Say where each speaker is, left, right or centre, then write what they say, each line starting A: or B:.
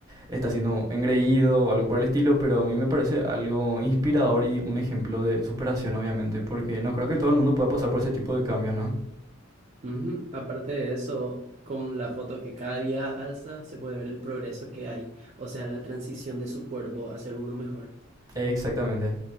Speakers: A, on the right; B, on the right.
A: está siendo engreído o algo por el estilo, pero a mí me parece algo inspirador y un ejemplo de superación, obviamente, porque no creo que todo el mundo pueda pasar por ese tipo de cambios, ¿no?
B: Ujú, Aparte de eso, con la foto que cada día alza, se puede ver el progreso que hay, o sea, la transición de su cuerpo a ser uno mejor.
A: Exactamente.